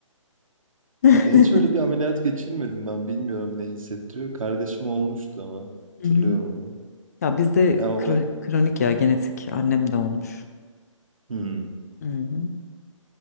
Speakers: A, on the left; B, on the right.
A: <laughs>
B: Ya hiç öyle bir ameliyat geçirmedim ben. Bilmiyorum ne hissettiriyor. Kardeşim olmuştu ama.
A: Hı
B: Hatırlıyorum
A: hı.
B: onu.
A: Ya bizde
B: Ama
A: kro-
B: o...
A: kronik ya genetik annem de olmuş.
B: Hmm.
A: Hı hı.